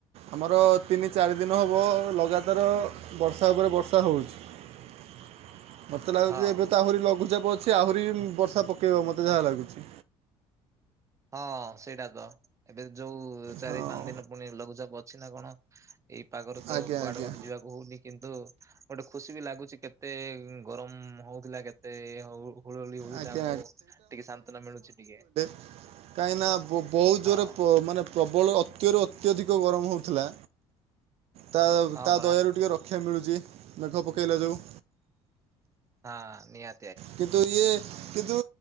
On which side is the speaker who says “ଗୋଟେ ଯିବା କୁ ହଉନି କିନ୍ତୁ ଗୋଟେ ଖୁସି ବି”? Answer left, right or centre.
Right